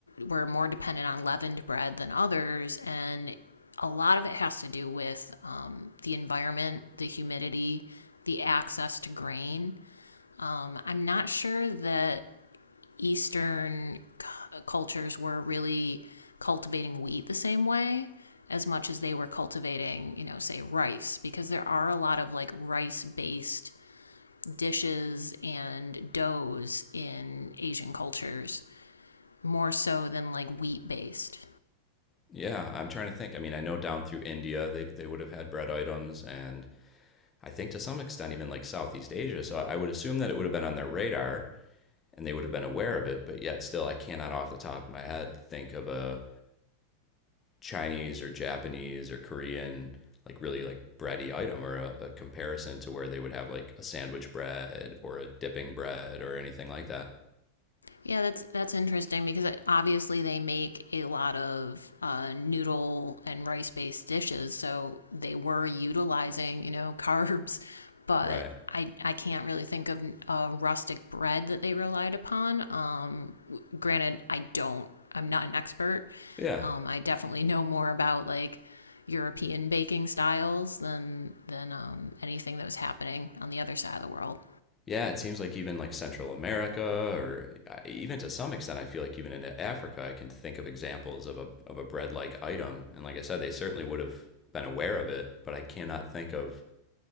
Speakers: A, on the left; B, on the left.
A: were more dependent on leavened bread than others, and a lot of it has to do with um, the environment, the humidity, the access to grain. Um, I'm not sure that Eastern c- cultures were really cultivating wheat the same way as much as they were cultivating, you know, say rice, because there are a lot of like rice based dishes and doughs in Asian cultures more so than like wheat based.
B: yeah, I'm trying to think. I mean, I know down through India they, they would have had bread items and I think to some extent even like Southeast Asia. So I would assume that it would have been on their radar and they would have been aware of it, but yet still I cannot off the top of my head think of a Chinese or Japanese or Korean, like really like bready item or a, a comparison to where they would have like a sandwich bread or a dipping bread or anything like that.
A: Yeah, that's that's interesting because uh, obviously they make a lot of uh, noodle and rice based dishes, so they were utilizing you know <laughs> carbs, but
B: Right.
A: I I can't really think of a rustic bread that they relied upon. Um, granted, I don't. I'm not an expert.
B: Yeah.
A: Um, I definitely know more about like European baking styles than than um, anything that was happening on the other side of the world.
B: Yeah, it seems like even like Central America, or uh, even to some extent, I feel like even into Africa, I can think of examples of a of a bread like item. And like I said, they certainly would have been aware of it, but I cannot think of